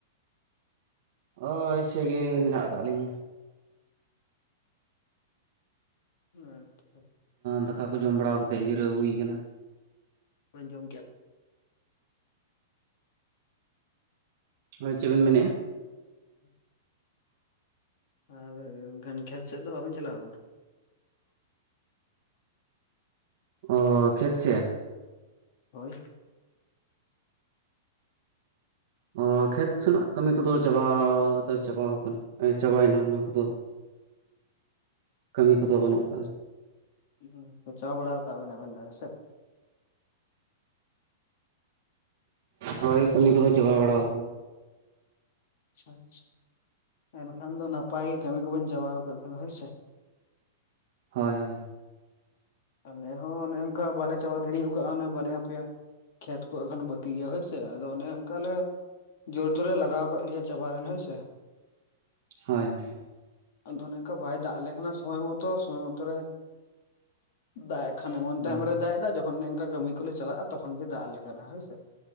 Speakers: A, on the right; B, on the left.
A: ᱦᱳᱭ ᱮ ᱥᱮ ᱢᱮᱱᱟᱜ ᱟᱠᱟᱫ ᱞᱤᱧᱟᱹ
B: ᱟᱪᱪᱷᱟ!
A: ᱫᱟᱠᱟ ᱠᱚ ᱡᱚᱢ ᱵᱟᱲᱟ ᱠᱟᱛᱮᱫ ᱡᱤᱨᱟᱹᱣ ᱦᱩᱭ ᱠᱟᱱᱟ᱾
B: - ᱡᱚᱢ ᱠᱮᱭᱟ
A: ᱦᱳᱭ ᱪᱮᱫ ᱵᱤᱱ ᱢᱮᱱᱮᱫᱼᱟ?
B: ᱦᱮᱸ ᱟᱨ ᱜᱟᱱ ᱠᱷᱮᱛ ᱥᱮᱫ ᱫᱚ ᱵᱟᱵᱤᱱ ᱪᱟᱞᱟᱣ ᱟᱠᱟᱱᱟ?
A: ᱚ ᱠᱷᱮᱛ ᱥᱮᱱ
B: ᱦᱳᱭ
A: ᱚ ᱠᱷᱮᱛ ᱥᱮᱱᱟᱜ ᱠᱟᱹᱢᱤ ᱠᱚᱫᱚ ᱪᱟᱵᱟ ᱫᱚ ᱪᱟᱵᱟᱣ ᱟᱠᱟᱱᱟ᱾ ᱪᱟᱵᱟᱭᱮᱱᱟ ᱚᱱᱟ ᱠᱚᱫᱚ᱾ ᱠᱟᱹᱢᱤ ᱠᱚᱫᱚ ᱵᱟᱹᱱᱩᱜ
B: ᱟᱪᱪᱷᱟ
A: ᱠᱟᱜᱼᱟ
B: ᱦᱩᱸ ᱪᱟᱵᱟ ᱵᱟᱲᱟ ᱠᱟᱜ ᱟᱵᱤᱱ ᱫᱚ ᱦᱮᱸ ᱥᱮ᱾
A: ᱦᱳᱭ ᱠᱟᱹᱢᱤ ᱠᱚᱫᱚ ᱪᱟᱵᱟ ᱵᱟᱲᱟ ᱟᱠᱟᱱᱟ᱾
B: ᱟᱪᱪᱷᱟ ᱟᱪᱪᱷᱟ, ᱮᱱᱠᱷᱟᱱ ᱫᱚ ᱱᱟᱯᱟᱭ ᱜᱮ ᱠᱟᱹᱢᱤ ᱠᱚᱵᱚᱱ ᱪᱟᱵᱟᱣᱠᱟᱜ ᱠᱷᱟᱱ ᱦᱳᱭᱥᱮ!
A: ᱦᱳᱭ ᱦᱳᱭ
B: ᱟᱞᱮ ᱦᱚᱸ ᱚᱱᱮ ᱚᱱᱠᱟ ᱵᱟᱞᱮ ᱪᱟᱵᱟ ᱜᱤᱰᱤ ᱚᱠᱟᱜᱼᱟ, ᱚᱱᱮ ᱵᱟᱨᱭᱟ ᱯᱮᱭᱟ ᱠᱷᱮᱛ ᱠᱚ ᱮᱠᱷᱚᱱ ᱵᱟᱹᱠᱤ ᱜᱮᱭᱟ ᱦᱳᱭ ᱥᱮ! ᱦᱮᱸ ᱥᱮ ᱟᱫᱚ ᱚᱱᱮ ᱚᱱᱠᱟ ᱞᱮ ᱡᱳᱨ ᱫᱚᱞᱮ ᱞᱟᱜᱟᱣ ᱟᱠᱟᱜ ᱜᱮᱭᱟ, ᱪᱟᱵᱟ ᱨᱤᱱ ᱦᱳᱭ ᱥᱮ᱾
A: ᱦᱳᱭ ᱦᱳᱭ
B: ᱟᱫᱚ ᱚᱱᱮ ᱚᱱᱠᱟ ᱵᱟᱭ ᱫᱟᱜ ᱞᱮᱠᱷᱟ ᱥᱚᱢᱚᱭ ᱢᱚᱛᱚ ᱥᱚᱢᱚᱭ ᱢᱚᱛᱚ ᱨᱮ ᱫᱟᱜ ᱮᱫᱽ ᱠᱷᱟᱱᱮ ᱮᱢᱚᱱ
A: ᱦᱳᱭ
B: ᱴᱟᱭᱤᱢ ᱨᱮ ᱫᱟᱜ ᱮᱫᱟ, ᱡᱚᱠᱷᱚᱱ ᱚᱱᱮ ᱚᱝᱠᱟ ᱠᱟᱹᱢᱤ ᱠᱚᱞᱮ ᱪᱟᱞᱟᱜᱼᱟ᱾ ᱛᱚᱠᱷᱚᱱ ᱜᱮ ᱫᱟᱜ ᱟᱞᱮ ᱠᱟᱱᱟ ᱦᱳᱭᱥᱮ᱾